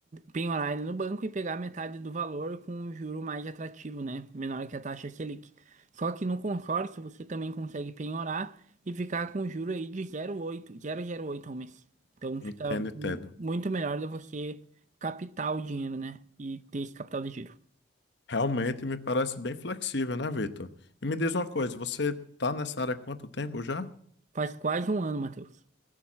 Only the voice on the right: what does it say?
penhorar ele no banco e pegar metade do valor com um juro mais atrativo, né? Menor que a taxa Selic. Só que no consórcio você também consegue penhorar e ficar com um juro aí de zero zero oito, zero vírgula zero oito ao mês. Então
fica
mu- muito melhor de você captar o dinheiro, né? E ter esse capital de giro.
Faz quase um ano, Matheus.